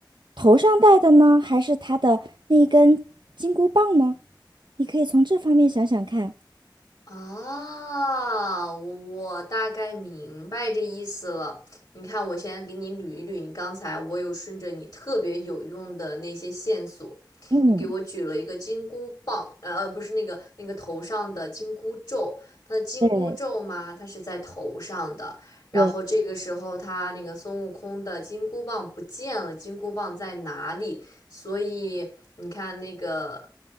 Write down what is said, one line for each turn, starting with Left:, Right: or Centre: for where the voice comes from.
Right: 头上戴的呢，还是他的那根金箍棒呢？你可以从这方面想想看。
Left: 啊，我我大概明白这意思了。你看，我先给你捋一捋，你刚才我有顺着你特别有用的那些线索，
Right: 嗯，
Left: 你给我举了一个金箍棒，呃，呃不是那个那个头上的金箍咒，它的金箍咒嘛，
Right: 对
Left: 它是在头上的。然后这个时候，
Right: 对，
Left: 他那个孙悟空的金箍棒不见了，金箍棒在哪里？所以你看那个，